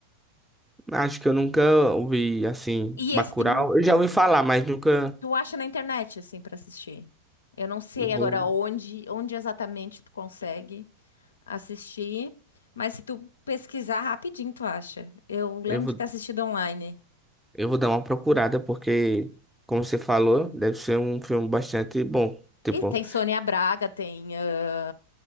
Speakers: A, in the centre; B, on the left (about 70°).
A: acho que eu nunca ouvi, assim,
B: E
A: Bacurau.
B: esse tu
A: Eu já ouvi falar, mas nunca.
B: Tu acha na internet, assim, pra assistir. Eu não sei
A: Vou,
B: agora onde, onde exatamente tu consegue assistir, mas se tu pesquisar rapidinho, tu acha. Eu lembro
A: eu vou.
B: de ter assistido online.
A: Eu vou dar uma procurada, porque, como você falou, deve ser um filme bastante bom. Tipo,
B: E tem Sônia Braga, tem, ah,